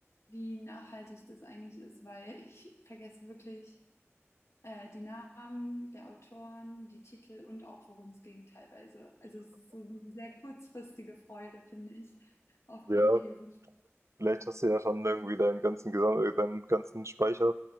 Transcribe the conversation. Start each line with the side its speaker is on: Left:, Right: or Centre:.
Left: wie nachhaltig das eigentlich ist, weil ich vergesse wirklich. äh, die Namen der Autoren, die Titel und auch worum es ging teilweise. Also es ist so eine sehr kurzfristige Freude, finde ich, oft
Right: Ja,
Left: beim Lesen.
Right: vielleicht hast du ja schon irgendwie deinen ganzen, Gesam äh, deinen ganzen Speicher